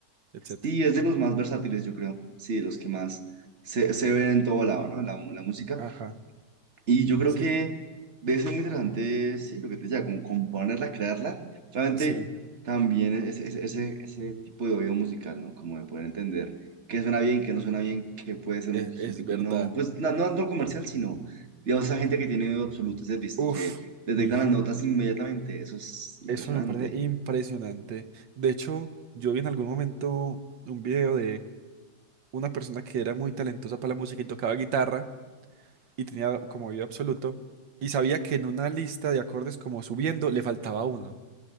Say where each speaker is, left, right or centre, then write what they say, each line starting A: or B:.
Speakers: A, on the right (about 80°); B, on the right (about 40°).
A: etcétera.
B: Sí, es de los más versátiles, yo creo. Sí, de los que más se, se ven en todo lado, ¿no? La, la música.
A: Ajá,
B: Y yo creo
A: sí,
B: que debe ser muy interesante, sí, lo que te decía, como componerla, crearla. Realmente
A: sí.
B: también es- es- ese, ese tipo de oído musical, ¿no? Como de poder entender qué suena bien, qué no suena bien, qué puede ser
A: E-
B: un hit
A: Es,
B: y
A: verdad.
B: qué no. Pues no, no tanto comercial, sino, digamos, esa gente que tiene oído absoluto, ese visto,
A: Uf,
B: que detectan
A: y
B: las notas inmediatamente. Eso es impresionante.
A: eso me parece impresionante. De hecho, yo vi en algún momento un video una persona que era muy talentosa para la música y tocaba guitarra y tenía como oído absoluto y sabía que en una lista de acordes como subiendo le faltaba uno